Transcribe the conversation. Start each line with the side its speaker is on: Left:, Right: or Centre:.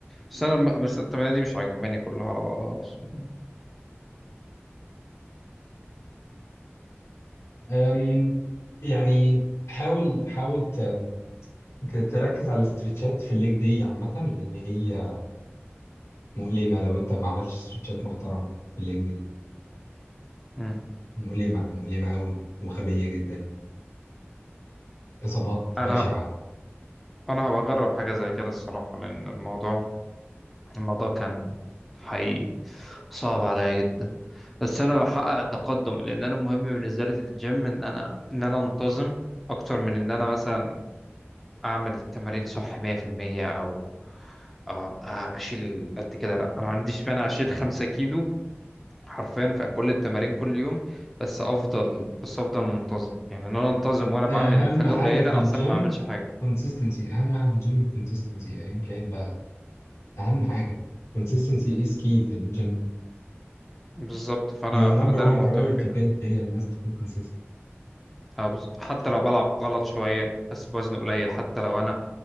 Centre: بس انا الم- بس التمارين دي مش عاجباني كلها على بعضها اصلا
Left: أم، يعني حاول حاول ت- ت- تركز على الاسترتشات في الليج دي عامه لان هي مؤلمه لو انت ما عملتش استرتشات محترمه في الليج دي
Centre: مم.
Left: مؤلمة مؤلمة قوي وغبية جدا إصابات
Centre: انا
Left: بشعة
Centre: انا هبقى اجرب حاجه زي كده الصراحه لان الموضوع الموضوع كان حقيقي صعب عليا جدا بس انا بحقق تقدم لان انا المهم بالنسبه لي في الجيم ان انا ان انا انتظم اكتر من ان انا مثلا اعمل التمارين صح 100% او آه آه، بشيل قد كده لا انا ما عنديش مانع اشيل 5 كيلو حرفيا في كل التمارين كل يوم بس افضل بس افضل منتظم يعني ان انا انتظم وانا بعمل
Left: أهم
Centre: حاجه
Left: حاجة
Centre: قليله
Left: في الجيم
Centre: احسن ما اعملش حاجه
Left: كونسيستنسي أهم حاجة في الجيم الكونسيستنسي أيا كان بقى أهم حاجة كونسيستنسي is key في الجيم
Centre: بالظبط فانا
Left: your number
Centre: فانا ده
Left: one
Centre: اللي مهتم
Left: priority
Centre: بيه
Left: بجد هي لازم تكون consistent
Centre: آه، بز- حتى لو بلعب غلط شويه بس بوزن قليل حتى لو انا